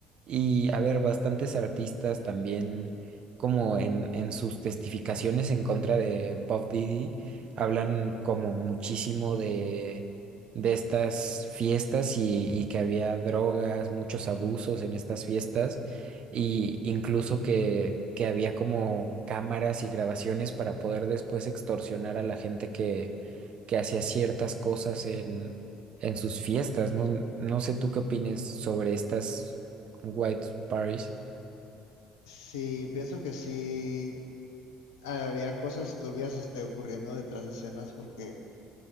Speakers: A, on the right; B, on the left.
A: y a ver, bastantes artistas también, como en, en sus testificaciones en contra de Puff Diddy, hablan como muchísimo de, de estas fiestas y, y que había drogas, muchos abusos en estas fiestas, y incluso que, que había como cámaras y grabaciones para poder después extorsionar a la gente que, que hacía ciertas cosas en, en sus fiestas. No, no sé tú qué opines sobre estas. White Paris.
B: sí, pienso que sí había cosas turbias este, ocurriendo detrás de escenas porque